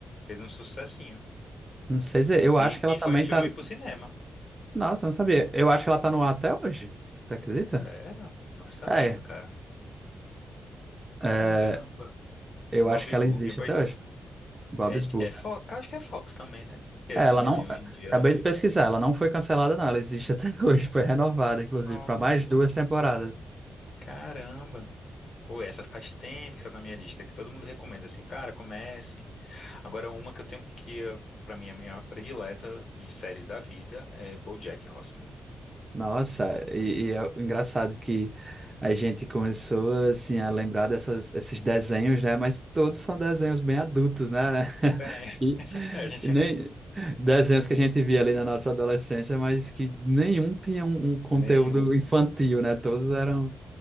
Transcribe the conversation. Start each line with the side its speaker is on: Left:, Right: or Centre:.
Left: fez um sucessinho.
Right: Não sei dizer. Eu acho
Left: E,
Right: que ela
Left: e
Right: também
Left: foi filme
Right: tá.
Left: pro cinema.
Right: Nossa, não sabia. Eu acho que ela tá no ar até hoje. Você acredita?
Left: Sério? Não sabia,
Right: É,
Left: cara.
Right: é,
Left: Caramba.
Right: eu
Left: Bob
Right: acho que ela
Left: Burger,
Right: existe
Left: pois
Right: até hoje. Bob
Left: é,
Right: Esburger.
Left: é Fox, acho que é Fox também, né? Que é
Right: É,
Left: Disney
Right: ela não.
Left: hoje em dia,
Right: Acabei
Left: né?
Right: de pesquisar. Ela não foi cancelada, não. Ela existe até <laughs> hoje. Foi renovada, inclusive,
Left: Nossa,
Right: para mais duas temporadas.
Left: caramba. Pô, essa faz tempo que está na minha lista, que todo mundo recomenda assim, cara, comece. Agora, uma que eu tenho que, eh, pra mim, é a minha predileta e séries da vida é BoJack Horseman.
Right: Nossa, e, e é engraçado que a gente começou assim a lembrar dessas, esses desenhos, né? Mas todos são desenhos bem adultos, né? <laughs>
Left: Bem,
Right: E,
Left: <laughs> a gente,
Right: e nem desenhos que a gente via ali na nossa adolescência, mas que nenhum tinha um, um conteúdo
Left: nenhum.
Right: infantil, né? Todos eram